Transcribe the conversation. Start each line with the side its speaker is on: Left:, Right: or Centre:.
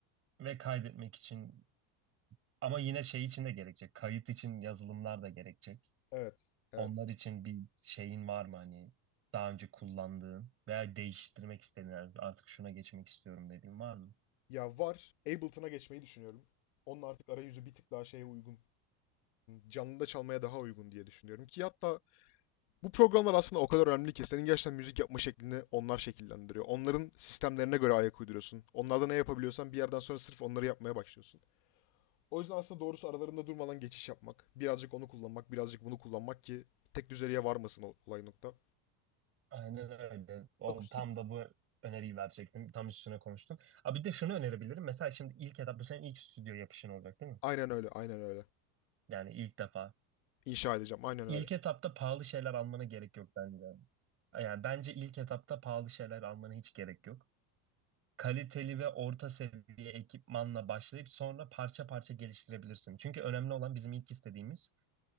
Right: Ve kaydetmek için ama yine şey için de gerekecek. Kayıt için yazılımlar da gerekecek.
Left: Evet. Evet.
Right: Onlar için bir şeyin var mı hani daha önce kullandığın veya değiştirmek istediğin yani artık şuna geçmek istiyorum dediğin var mı?
Left: Ya var. Ableton'a geçmeyi düşünüyorum. Onun artık arayüzü bir tık daha şeye uygun canlıda çalmaya daha uygun diye düşünüyorum ki hatta bu programlar aslında o kadar önemli ki senin gerçekten müzik yapma şeklini onlar şekillendiriyor. Onların sistemlerine göre ayak uyduruyorsun. Onlarda ne yapabiliyorsan bir yerden sonra sırf onları yapmaya başlıyorsun. O yüzden aslında doğrusu aralarında durmadan geçiş yapmak. Birazcık onu kullanmak, birazcık bunu kullanmak ki tek düzeliğe varmasın o olay nokta.
Right: Aynen öyle. O,
Left: Akustik.
Right: tam da bu öneriyi verecektim. Tam üstüne konuştum. Abi bir de şunu önerebilirim. Mesela şimdi ilk etap bu senin ilk stüdyo yapışın olacak değil mi?
Left: Aynen öyle, aynen öyle.
Right: Yani ilk defa.
Left: İnşa edeceğim, aynen
Right: İlk
Left: öyle.
Right: etapta pahalı şeyler almana gerek yok bence. Yani bence ilk etapta pahalı şeyler almana hiç gerek yok. Kaliteli ve orta seviye ekipmanla başlayıp sonra parça parça geliştirebilirsin. Çünkü önemli olan bizim ilk istediğimiz